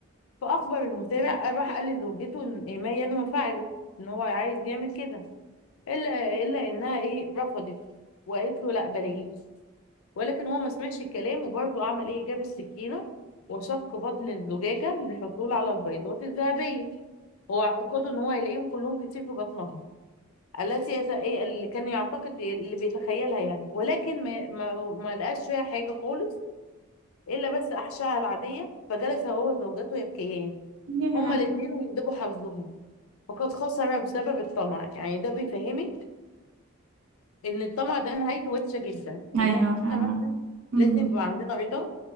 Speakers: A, on the left; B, on the right.
A: فاخبر المزارع راح قال لزوجته إن إيه، ما ينوى فعله ان هو عايز يعمل كده الا الا انها ايه رفضت وقالت له لا بلاش ولكن هو ما سمعش الكلام وبرضه عمل ايه جاب السكينه وشق بطن الزجاجه للحصول على البيضات الذهبيه هو اعتقاده ان هو هيلاقيهم كلهم كتير في بطنها التي يت... إيه اللي كان يعتقد اللي بيتخيلها يعني ولكن ما, ما... ما لقاش فيها حاجة خالص إلا بس أحشائها العادية فجلس هو وزوجته يبكيان
B: ياه
A: هما الاتنين ويندبوا حظهم فقد خسر بسبب الطمع يعني ده بيفهمك إن الطمع ده نهايته وحشة جدا
B: ايوه
A: إن إحنا
B: فعلا
A: مثلا
B: امم
A: لازم يبقى عندنا رضا